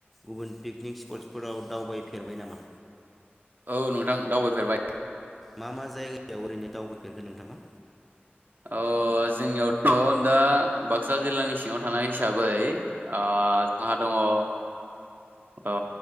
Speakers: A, in the centre; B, on the right.
A: गुबुन पिकनिक स्पटसफोराव दावबायफेरबाय नामा।
B: औ नोंथां दावबायफेरबाय।
A: मा मा जायगायाव ओरैनो दावबायफेरखो नोंथाङा।
B: अ जोंनियावथ' दा बाक्सा जिल्लानि सिङाव थानाय हिसाबै ओ आ जोंहा दङ अ